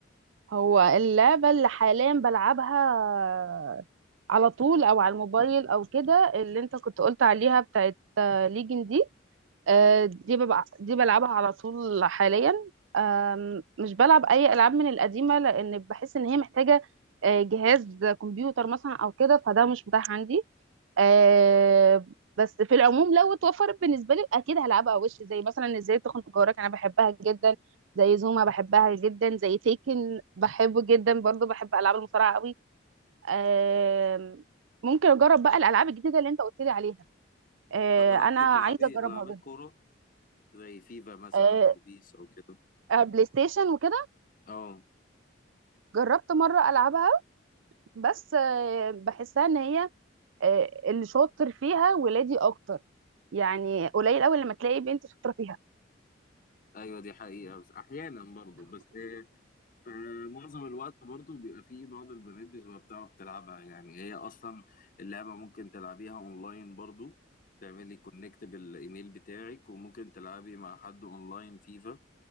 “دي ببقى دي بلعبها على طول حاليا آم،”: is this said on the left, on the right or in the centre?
Right